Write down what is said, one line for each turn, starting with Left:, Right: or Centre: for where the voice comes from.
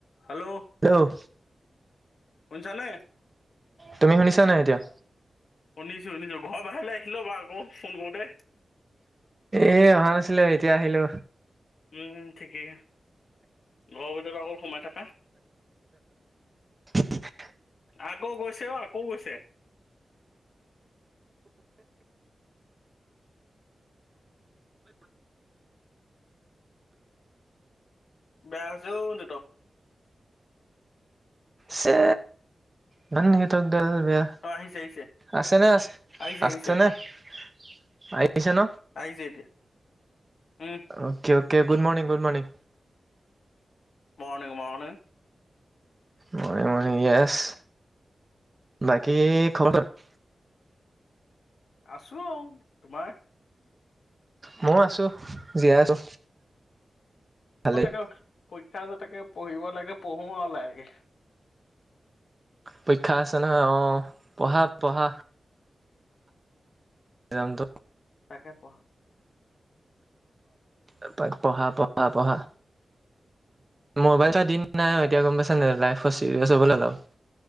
Left: Hello
Right: hello
Left: শুনিছানে?
Right: তুমি শুনিছা নাই এতিয়া?
Left: শুনিছো শুনিছো ঘৰ বাহিৰলৈ আহিলো বাৰু আকৌ ফোন কৰোতে
Right: এ অহা নাছিলো এতিয়া আহিলো
Left: উম ঠিকেই ঘৰৰ ভিতৰত আকৌ সোমাই থাকা।
Right: <unintelligible>
Left: আ কৌও গৈছে আকৌ গৈছে। বেয়া হৈছেও নেটৱৰ্ক।
Right: সে <unintelligible> বেয়া
Left: অ আহিছে আহিছে
Right: আছে ন আছে
Left: আহিছে
Right: -আছে
Left: আহিছে
Right: ন? আহ, আহিছে ন
Left: আহিছে এতিয়া উম
Right: okay- okay good morning -good morning
Left: morning - morning
Right: মনে মনে <unintelligible> বাকী খবৰ খা। <inaudible>
Left: আছো, তোমাৰ?
Right: মইও আছো, জীয়াই আছো। ভালেই
Left: মই তাকে পৰীক্ষা যে তাকে পঢ়িব লাগে পঢ়োও লাহেকে।
Right: পৰীক্ষা আছে নহয় অ পঢ়া - পঢ়া। এমটো?
Left: তাকে পঢ়া।
Right: এপাক পঢ়া -পঢ়া -পঢ়া মোবাইল এটা দিন
Left: তাকে
Right: নাই এতিয়া গম পাইছ ন, লাইফত চিৰিয়াছ হ'বলৈ হল আৰু।